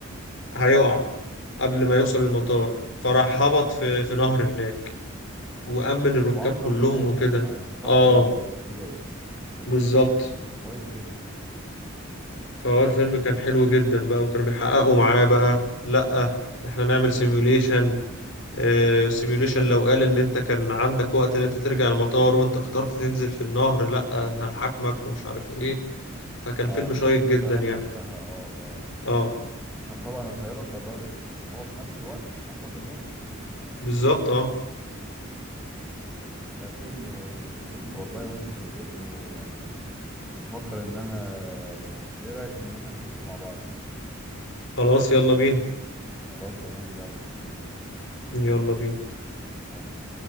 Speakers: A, on the left; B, in the centre.
A: هيقع قبل ما يوصل المطار فراح هبط في في نهر هناك وأمن الركاب
B: وانقذ
A: كلهم
B: الناس
A: وكده
B: يعني ما ما حصلش
A: اه
B: وفيات
A: بالظبط
B: طب كويس جدا
A: فهو الفيلم كان حلو جدا بقى وكانوا بيحققوا معاه بقى لأ احنا نعمل سيميوليشن سيميوليشن لو قال ان انت كان عندك وقت ان انت ترجع المطار وانت اخترت تنزل في النهر لأ هنحاكمك ومش عارف ايه فكان
B: اه
A: فيلم
B: شركة
A: شيق جدا
B: الطيران
A: يعني
B: نفسها اه اه
A: اه
B: عشان طبعا الطيارة اتضررت لكن هو في نفس الوقت انقذ الناس
A: بالظبط اه
B: ده فيلم جميل والله وانت شدتني ويعني بفكر ان انا ايه رأيك ان احنا نشوفه مع بعض
A: خلاص يلا بينا
B: خلاص تمام يلا اوكي
A: يلا بينا
B: يلا